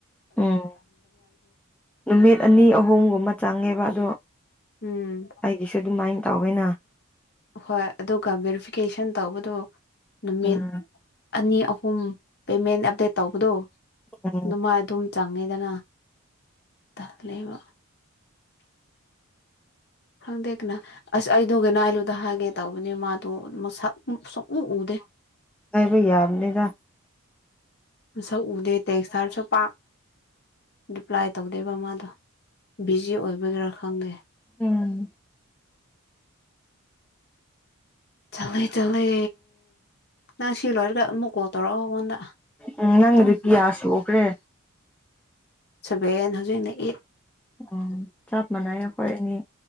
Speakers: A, in the centre; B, on the left.
A: ꯎꯝ ꯅꯨꯃꯤꯠ ꯑꯅꯤ ꯑꯍꯨꯝꯒꯨꯝꯕ ꯆꯪꯉꯦꯕ ꯑꯗꯣ
B: ꯎꯝ
A: ꯑꯩꯒꯤꯁꯨ ꯑꯗꯨꯝ ꯃꯥꯏ ꯇꯥꯋꯏꯅ
B: ꯍꯣꯏ ꯑꯗꯨꯒ ꯚꯦꯔꯤꯐꯤꯀꯦꯁꯟ ꯇꯧꯕꯗꯨ ꯅꯨꯃꯤꯠ
A: ꯎꯝ
B: ꯑꯅꯤ ꯑꯨꯝ ꯄꯦꯃꯦꯟ ꯑꯞꯗꯦꯠ ꯇꯧꯕꯗꯣ
A: ꯎꯝ
B: ꯅꯃꯥꯏ ꯑꯗꯨꯝ ꯆꯪꯉꯦꯗꯅ ꯊꯂꯕ ꯈꯪꯗꯦ ꯀꯅ ꯑꯁ ꯑꯩꯗꯒ ꯅꯥꯏꯂꯨꯗ ꯍꯥꯏꯒꯦ ꯇꯧꯕꯅꯤ ꯃꯥꯗꯣ ꯁꯨꯡꯎ ꯎꯗꯦ
A: ꯑꯕꯩ ꯌꯥꯝꯅꯤꯗ
B: ꯃꯁꯛ ꯎꯗꯦ ꯇꯦꯛꯁꯇꯔꯁꯨ ꯄꯥꯛ ꯄ꯭ꯂꯥꯏ ꯇꯧꯗꯦꯕ ꯃꯥꯗꯣ ꯕꯤꯖꯤ ꯑꯣꯏꯕꯒꯔꯥ ꯑ ꯈꯪꯒꯦ
A: ꯎꯝ
B: ꯆꯠꯂꯦ ꯆꯠꯂꯦ ꯅꯪ ꯁꯤ ꯂꯣꯏꯔꯒ ꯑꯃꯨꯛ ꯀꯣꯜ ꯇꯧꯔꯛꯑꯣ ꯑꯩꯉꯣꯟꯗ ꯑꯗꯨꯝ
A: ꯎꯝ ꯅꯪꯒꯤꯗꯨ ꯀꯌꯥ ꯁꯨꯈ꯭ꯔꯦ
B: ꯁꯚꯦꯟ ꯍꯧꯖꯤꯛꯅ ꯑꯩꯠ
A: ꯑꯣ ꯆꯞ ꯃꯅꯥꯏ ꯍ ꯑꯦꯅꯦ